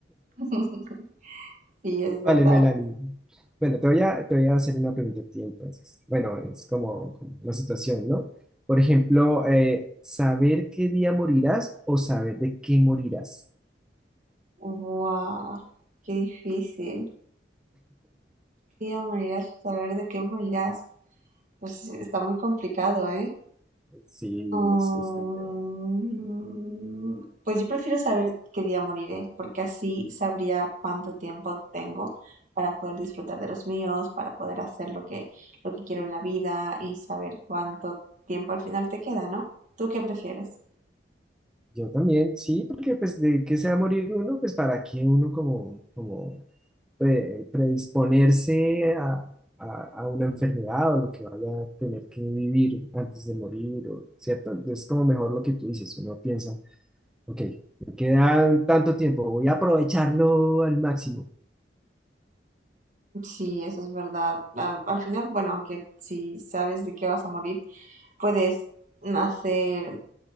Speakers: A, on the right (about 45°); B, in the centre.
A: <laughs> Sí, es verdad.
B: Vale, Melanie. Bueno, te voy a, te voy a hacer una pregunta a ti entonces. Bueno, es como, como una situación, ¿no? Por ejemplo, eh, saber qué día morirás o saber de qué morirás.
A: Wow, qué difícil. ¿Qué día morirás por saber de qué morirás? Pues está muy complicado, ¿eh?
B: Sí,
A: Mm,
B: es, es complejo.
A: Pues yo prefiero saber qué día moriré, porque así sabría cuánto tiempo tengo para poder disfrutar de los míos, para poder hacer lo que, lo que quiero en la vida y saber cuánto tiempo al final te queda, ¿no? ¿Tú qué prefieres?
B: Yo también, sí, porque pues de qué se va a morir uno, pues para qué uno como, como pre- predisponerse a, a, a una enfermedad o lo que vaya a tener que vivir antes de morir, o- ¿cierto? Entonces, como mejor lo que tú dices, uno piensa. Ok, me quedan tanto tiempo, voy a aprovecharlo al máximo.
A: Sí, eso es verdad. Al, al final, bueno, aunque si sabes de qué vas a morir, puedes hacer